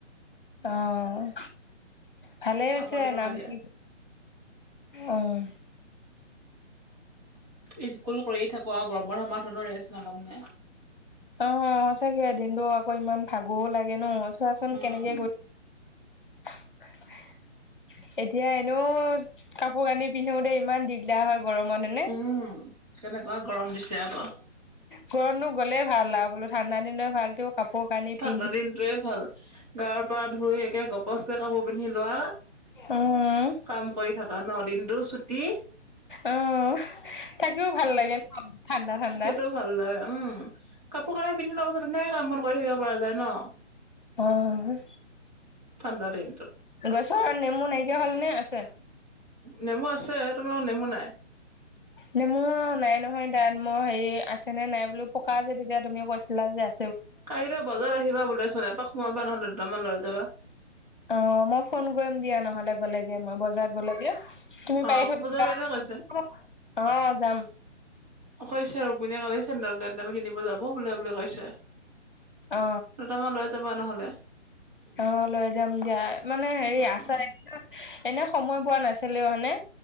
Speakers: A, on the left; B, on the right.
A: অ'। ভালে
B: এ
A: হৈছে
B: আমনিও
A: নামটো।
B: লাগে
A: অ'। <inaudible>
B: ইস্কুল কৰিয়ে থাকো। আৰু গৰম বন্ধ মাহটো ৰেষ্ট নলম নে?
A: অ', সঁচাকে দিনটো আকৌ ইমান ভাগৰো লাগে ন। চোৱাচোন
B: উম,
A: কেনেকে গৈ <inaudible> এতিয়া এনেও কাপোৰ-কানি পিন্ধোতে ইমান দিগদাৰ হয়। গৰমত হয় নে?
B: উম, কেনেকুৱা গৰম দিছে আকৌ
A: গৰমতো গ'লে ভালা বোলো ঠাণ্ডা দিনেই ভালটো কাপোৰ-কানি
B: ঠাণ্ডা
A: পিন্ধি
B: দিনটোৱে ভাল। গাৰ পা ধুই একে গপচকে কাপোৰ পিন্ধি লোৱা।
A: উম
B: কাম কৰি থাকা ন দিনটো চুটি।
A: উম থাকিও ভাল লাগে ন? ঠাণ্ডা ঠাণ্ডা
B: সেইটোও ভাল লাগে উম কাপোৰ কানি পিন্ধি লোৱাৰ পাছত তেনেকে কাম বন কৰি থাকিব পৰা যায় ন।
A: হয়
B: ঠাণ্ডা দিনটোত।
A: গছৰ নেমু নাইকিয়া হলনে আছে?
B: নেমু আছে তোমালোকৰ নেমু নাই?
A: নে মোৰ নাই নহয় দাত মোৰ হেৰি আছে নে নাই বো পকা যে তেতিয়া তুমি কৈছা ছিলা যে আ
B: কাইলৈ বজাৰ আহিবা বোলেচোন। এপাক সোমাবা নহ'লে। দুটামান লৈ যাবা।
A: অ মই ফোন কৰিম দিয়া নহ'লে গ'লে। মই বজাৰত গলগে তুমি
B: অ
A: পাৰি থৈ
B: পূজা
A: দিবা।
B: বাইদেৱে কৈছে
A: অ', যাম।
B: <unintelligible> চেন্দেল-তেণ্ডেল কিনিব যাব বোলে বুলি কৈছে।
A: অ
B: দুটামান লৈ যাবা নহ'লে।
A: অ', লৈ যাম দিয়া মানে হেৰি
B: উম
A: আচাৰ এনে সময় পোৱা নাছিলেও মানে